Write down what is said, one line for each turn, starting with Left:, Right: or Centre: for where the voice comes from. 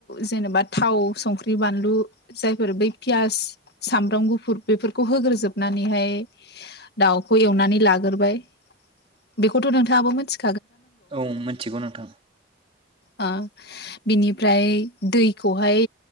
Left: जेनेबा थाव संख्रि बानलु जायफोर बै पियास सामब्राम गुफुर बेफोरखौ होग्रोजोबनानैहाय दाउखौ एवनानै लाग्रोबाय बेथ' नोंथाङाबो मिथि
Right: औ मिथिगौ नोंथां
Left: ओं बिनिफ्राय दैखौहाय